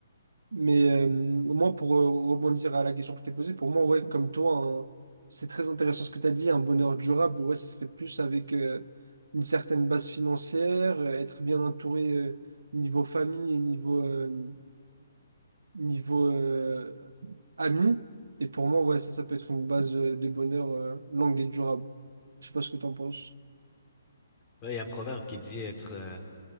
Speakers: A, on the right (about 85°); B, on the left (about 25°).
A: Mais euh, moi, pour euh, rebondir à la question que je t'ai posée, pour moi, ouais, comme toi, un- c'est très intéressant ce que tu as dit, un bonheur durable, ouais, ce serait plus avec euh, une certaine base financière, euh, être bien entouré euh, niveau famille et niveau, euh, niveau euh, amis. Et pour moi, ouais, ça, ça peut être une base euh, de bonheur euh, longue et durable. Je sais pas ce que tu en penses.
B: Ouais, il y a un proverbe qui dit être euh,